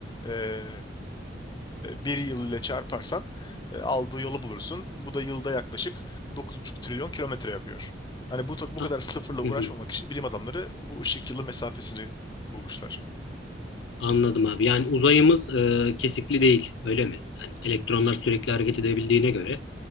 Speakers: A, on the left; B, on the left.
A: e, bir yıl ile çarparsan e, aldığı yolu bulursun. Bu da yılda yaklaşık dokuz buçuk trilyon kilometre yapıyor. Hani bu, bu
B: A-
A: kadar sıfırla uğraşmamak
B: hı hı.
A: için bilim adamları bu ışık yılı mesafesini bulmuşlar.
B: Anladım abi. Yani uzayımız e, kesikli değil, öyle mi? Yani elektronlar sürekli hareket edebildiğine göre